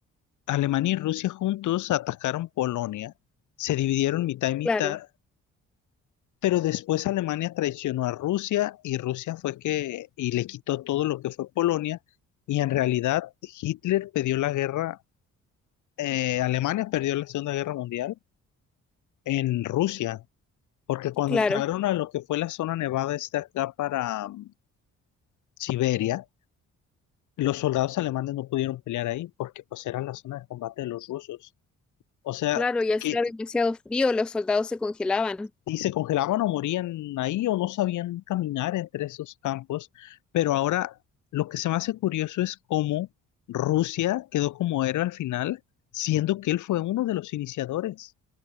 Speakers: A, on the left; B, in the centre.
A: Alemania y Rusia juntos atacaron Polonia, se dividieron mitad y mitad
B: claro,
A: pero después Alemania traicionó a Rusia y Rusia fue que y le quitó todo lo que fue Polonia y en realidad Hitler perdió la guerra, eh, Alemania perdió la Segunda Guerra Mundial en Rusia, porque cuando
B: claro,
A: entraron a lo que fue la zona nevada esta acá para um, Siberia, los soldados alemanes no pudieron pelear ahí porque pues era la zona de combate de los rusos. O sea,
B: claro. Y hacía
A: que
B: demasiado frío, los soldados se congelaban.
A: y se congelaban o morían ahí o no sabían caminar entre esos campos. Pero ahora lo que se me hace curioso es cómo Rusia quedó como héroe al final, siendo que él fue uno de los iniciadores,